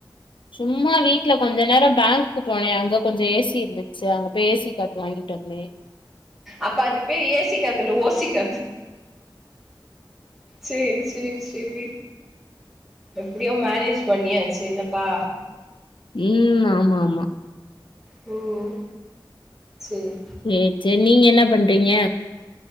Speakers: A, on the left; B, in the centre.
A: சும்மா வீட்டுல கொஞ்சோ நேரம் பேங்க்க்க போனேன் அங்க கொஞ்சோ ஏசி இருந்துச்சு அங்க பேய் ஏசி காத்து வாங்கிட்டு வந்தே
B: அப்ப அது பேரு ஏ சி காத்துல ஓசிக்காத்து சேரி சேரி சேரி எப்படியோ மேனேஜ் பண்ணியாச்சு என்னப்பா
A: உ ஆமா ஆமா
B: ம் சேரி
A: சே சே நீங்க என்ன பண்றீங்க